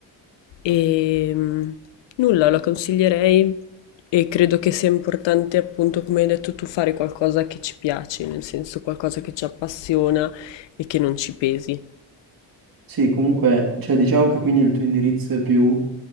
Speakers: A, on the left; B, on the right.
A: E mh, nulla, la consiglierei e credo che sia importante, appunto, come hai detto tu, fare qualcosa che ci piace, nel senso qualcosa che ci appassiona e che non ci pesi.
B: Sì, comunque, cioè, diciamo che quindi il tuo indirizzo è più,